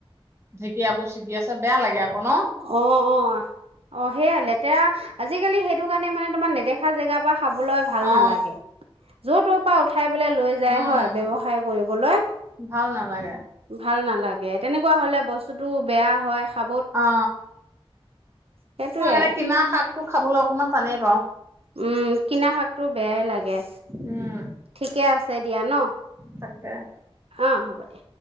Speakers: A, on the right (about 25°); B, on the right (about 75°).
A: ঢেঁকীয়াবোৰ ছিগি আছে বেয়া লাগে আকৌ। ন
B: অ অ অ সেয়াই লেত। এতিয়া আজিকালি সেইটো কাৰণে মানে তোমাৰ নেদেখা জেগাৰ পৰা খাবলৈ ভাল
A: অ
B: নালাগে। যৰ তৰ পৰা উঠ উঠাই পেলাই লৈ যায়
A: উম
B: হয় ব্যৱসায় কৰিবলৈ।
A: ভাল নালাগে
B: ভাল নালাগে তেনেকুৱা হলে বস্তুতো বেয়া। হয় খা
A: অ
B: সেইটোৱে
A: মই সে কিনা শাকটো খাবলৈ অকমান তানেই ৰ
B: উম কিনা শাকটো বেয়াই লাগে
A: উম
B: ঠিকে আছে দিয়া ন
A: তাকে <inaudible>
B: অঁ হ'ব দিয়া